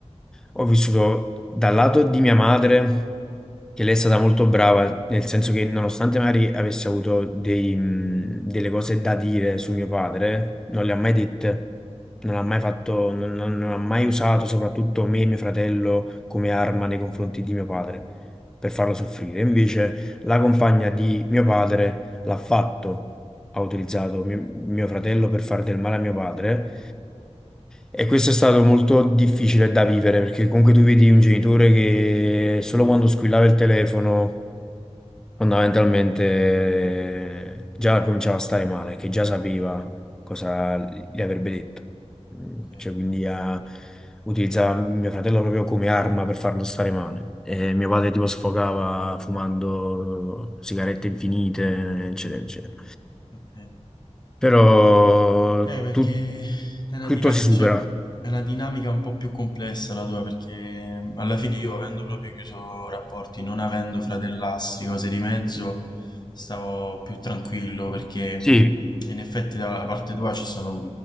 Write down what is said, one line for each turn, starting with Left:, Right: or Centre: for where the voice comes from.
Centre: ho vissuto dal lato di mia madre, che lei è stata molto brava, nel senso che nonostante magari avesse avuto dei, mh, delle cose da dire su mio padre, non le ha mai dette, non ha mai fatto, non, non- non ha mai usato soprattutto me e mio fratello come arma nei confronti di mio padre per
Left: Mhm.
Centre: farlo soffrire. Invece la compagna di mio padre l'ha fatto ha utilizzato mio, mio fratello per fare del male a mio padre. E questo è stato molto difficile da vivere perché comunque tu vedi un genitore che solo quando squillava il telefono fondamentalmente già cominciava a stare male, che già sapeva cosa gli avrebbe detto. Mm,
Left: ok,
Centre: Cioè, quindi ha- utilizzava mio fratello proprio come arma per farlo stare male. E mio padre tipo sfogava fumando sigarette infinite, eccetera, eccetera
Left: ok, ok.
Centre: però
Left: Eh, perché
Centre: tu-
Left: è una
Centre: tutto
Left: dinamica,
Centre: si supera.
Left: cioè, è una dinamica un po' più complessa la tua, perché mm, alla fine io avendo proprio chiuso rapporti, non avendo fratellastri, cose di mezzo, stavo più tranquillo, perché
Centre: Sì,
Left: mm, in effetti dalla parte tua ci sono